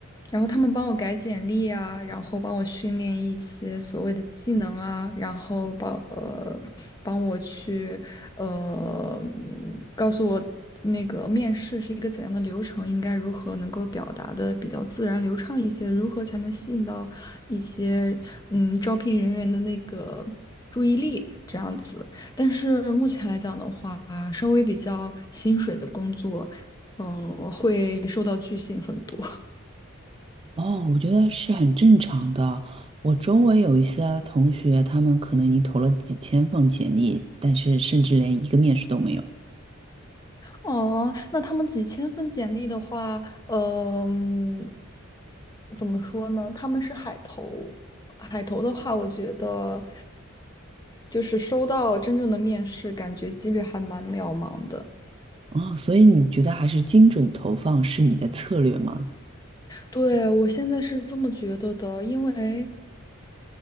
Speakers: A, on the left; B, on the right.
A: 然后他们帮我改简历啊，然后帮我训练一些所谓的技能啊，然后帮呃帮我去呃嗯告诉我。那个面试是一个怎样的流程，应该如何能够表达的比较自然流畅一些，如何才能吸引到一些嗯招聘人员的那个注意力这样子。但是目前来讲的话，稍微比较薪水的工作，嗯，会受到拒信很多。
B: 哦，我觉得是很正常的。我周围有一些同学，他们可能已经投了几千份简历，但是甚至连一个面试都没有。
A: 哦，那他们几千份简历的话，嗯、怎么说呢？他们是海投，海投的话，我觉得就是收到真正的面试，感觉几率还蛮渺茫的。
B: 哦，所以你觉得还是精准投放是你的策略吗？
A: 对，我现在是这么觉得的，因为。